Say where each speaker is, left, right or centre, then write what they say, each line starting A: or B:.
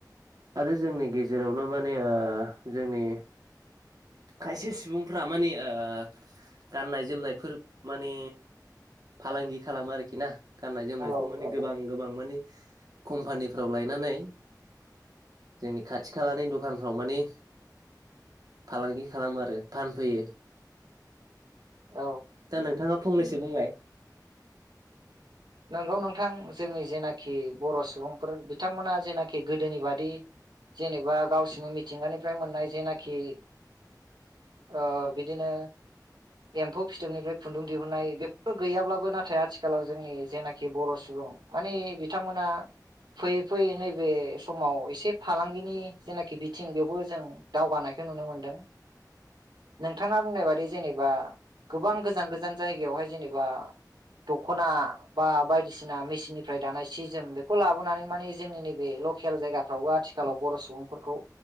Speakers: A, on the right; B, on the right.
A: आरो जोंनि गेजेरावनो माने ओ जोंनि खायसे सुबुंफोरा माने ओ गाननाय जोमनायफोर माने फालांगि खालामो आरोखि ना गाननाय जोमनायखौ
B: औ
A: माने
B: औ
A: गोबां गोबां मानि कम्पानिफ्राव लायनानै जोंनि खाथि खालानि दखानफ्राव माने फालांगि खालामो आरो फानफैयो
B: औ
A: दा नोंथाङा फंनैसो बुंलाय
B: नंगौ नोंथां जोंनि जेनाखि बर सुबुंफोर बिथांमोना जेनाखि गोदोनि बादि जेनेबा गावसिनि मिथिंगानिफ्राय मोननाय जेनाखि ओ बिदिनो एम्फौ फिथोबनिफ्राय खुन्दुं दिहुननाय बेफोर गैयाब्लाबो नाथाय आथिखालाव जोंनि जेनाखि बर सुबुं माने बिथांमोना फैयै फैयै नैबे समाव एसे फालांगिनि जेनाखि बिथिं बेयावबो जों दावगानाय खो नुनो मोनदों नोंथाङा बुंनाय बादि जेनेबा गोबां गोजान गोजान जायगायावहाय जेनेबा दखना बा बायदिसिना मेसिन निफ्राय दानाय सि जोम बेखौ लाबोनानै माने जोंनि नैबे लकेल जायगाफ्रावबो आथिखालाव बर सुबुंफोरखौ